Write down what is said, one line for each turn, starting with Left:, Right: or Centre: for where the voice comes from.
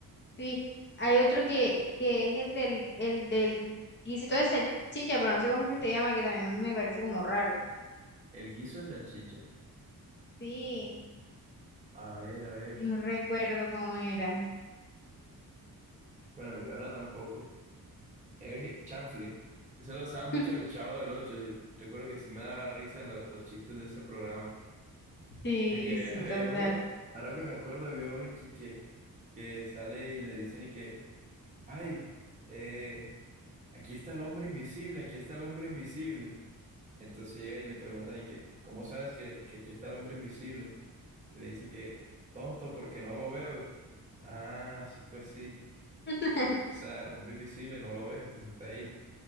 Left: Sí, hay otro que, que es el del, el del guisito de salchicha, pero no sé cómo es que se llama, que también me parece como raro.
Right: El guiso de salchicha.
Left: Sí,
Right: A ver, a ver.
Left: no recuerdo cómo era.
Right: Bueno, yo ahora tampoco. Es que- chanfle. Eso lo usaba
Left: <laughs>
Right: mucho en el Chavo del Ocho. y Recuerdo que sí me daba risa en lo- los chistes de ese programa.
Left: Sí,
Right: Es que
Left: sí,
Right: había, había
Left: total.
Right: uno, ahora que me acuerdo, había uno que, que, que sale y le dicen y que, ay, eh, aquí está el hombre invisible, aquí está el hombre invisible. Entonces llega y le preguntan, ¿y que ¿Cómo sabes que, que aquí está el hombre invisible? Y le dice que, tonto, porque no lo veo. Ah, sí, pues sí.
Left: <laughs>
Right: O sea, el hombre invisible no lo ve, entonces está ahí.